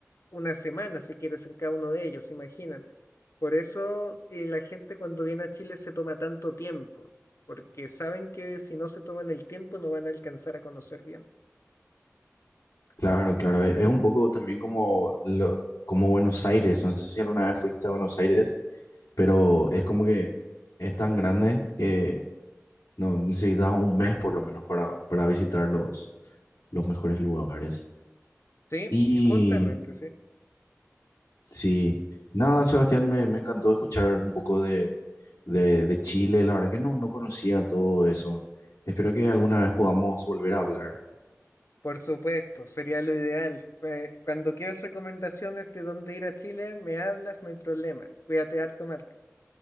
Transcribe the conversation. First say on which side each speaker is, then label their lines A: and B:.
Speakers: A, on the left; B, on the left.
A: una semana si quieres en cada uno de ellos, imagínate. Por eso eh, la gente cuando viene a Chile se toma tanto tiempo, porque saben que si no se toman el tiempo no van a alcanzar a conocer bien.
B: Claro, claro, e- es un poco también como, lo, como Buenos Aires, no sé si alguna vez fuiste a Buenos Aires pero es como que es tan grande que no necesitas un mes por lo menos para, para visitar los, los mejores lugares.
A: Sí,
B: Y
A: justamente, sí.
B: sí, nada, Sebastián, me, me encantó escuchar un poco de, de, de Chile, la verdad que no, no conocía todo eso. Espero que alguna vez podamos volver a hablar.
A: Por supuesto, sería lo ideal. Eh, cuando quieras recomendaciones de dónde ir a Chile, me hablas, no hay problema. Cuídate harto, Marco.